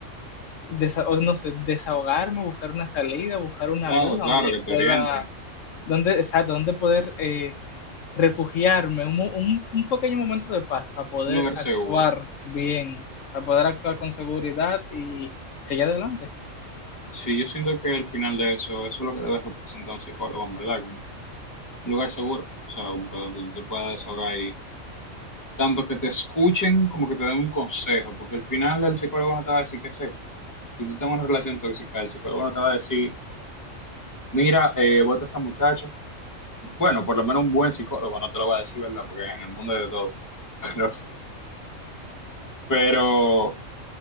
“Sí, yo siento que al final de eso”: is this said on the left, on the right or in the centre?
Left